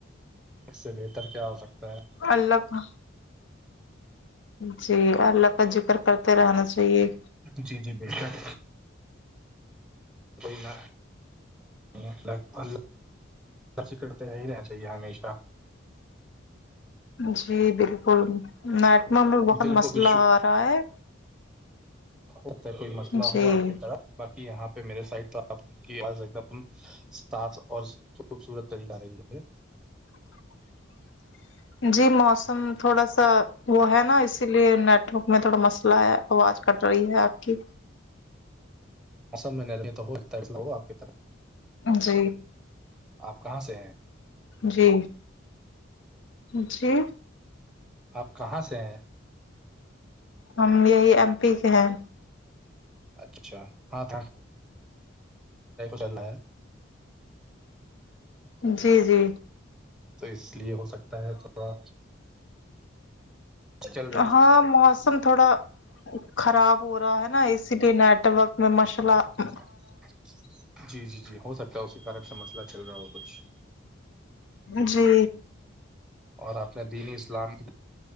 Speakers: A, in the centre; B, on the left (about 70°).
A: اس سے بہتر کیا ہو سکتا ہے
B: اللہ کا جی اللہ کا ذکر کرتے رہنا چاہیے
A: جی جی بالکل کوئینا اللہ کررتے رہ ہی نہیں چاہیے ہمیشہ
B: جی بالکل نیٹم میں بہت
A: دل
B: مسئلہ
A: کو بھی شکر
B: آ رہا ہے
A: اتا کوئی مسئلہ
B: جی
A: ہو آپ کی طرح باقی یہاں پہ میرے سائڈ تو آپ کی آ ایک دم صاف اور خوبصورت طریقہ رہ ہے
B: <inaudible> جی موسم تھوڑا سا وہ ہے نا اسی لیے نیٹورک میں تھوڑا مسئلہ ہے آواز کٹ رہی ہے آپ کی
A: م میں ہو آپ کی طرف
B: جی
A: آپ کہاں سے ہیں
B: جی جی
A: آپ کہاں سے ہیں
B: ہم یہی ایم پی کے ہیں
A: اچھا ہاں ط چل رہا ہے
B: جی جی
A: تو اس لیے ہو سکتا ہے تھوڑا چل رہی
B: ہاں موسم تھوڑا خراب ہو رہا ہے نا اسی لیے نیٹورک میں ماشاء اللہ
A: <unintelligible> جی جی جی ہو سکتا ہے اسی کارن سے مسئلہ چل رہا ہو کچھ
B: جی
A: اور آپ نے دینی اسلام